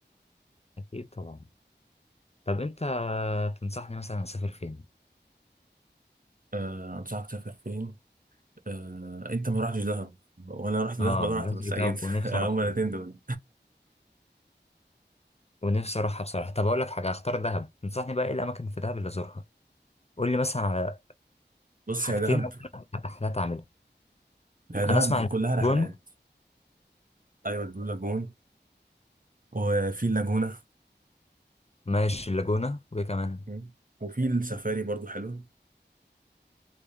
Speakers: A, on the left; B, on the right.
A: أكيد طبعا طب أنت تنصحني مثلا أسافر فين؟
B: أه انصحك تسافر فين أه انت ما رحتش دهب ولا رحت دهب
A: آه
B: ولا
A: ما
B: رحت
A: رحتش
B: بورسعيد
A: دهب ونفسي
B: <laughs> هما
A: أروحها
B: الاثنين دول
A: ونفسي أروحها بصراحة طب أقول لك حاجة هختار دهب تنصحني بقى إيه الأماكن في دهب اللي أزورها؟ قول لي مثلا على
B: بص
A: حاجتين
B: يا دهب
A: أو ثلاث رحلات أعملها
B: يا دهب
A: أنا أسمع
B: كلها رحلات
A: اللاجون
B: ايوه البلو لاجون وفي اللاجونه
A: ماشي اللاجونة وإيه كمان؟
B: مم. وفي السفاري برضو حلو